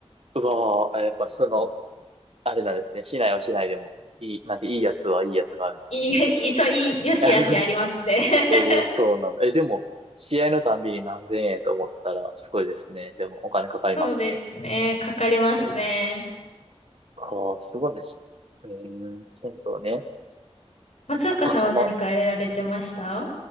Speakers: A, on the right; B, on the left.
A: うわぁ、あやっぱその、あれなんですね。市内は市内でも、いい、なんていいやつはいいやつがあるんですね。
B: いい、いい、そう、いい、よしあしありますね。
A: <laughs>
B: <laughs>
A: えー、そうなんだ。え、でも、試合のたんびに何千円と思ったら、すごいですね。でも、お金かかりますね。
B: そうですね。かかりますね。
A: えー、かあ、すごいね。しうーん、剣道ね。
B: 松岡さんは何かやられてました
A: 袴。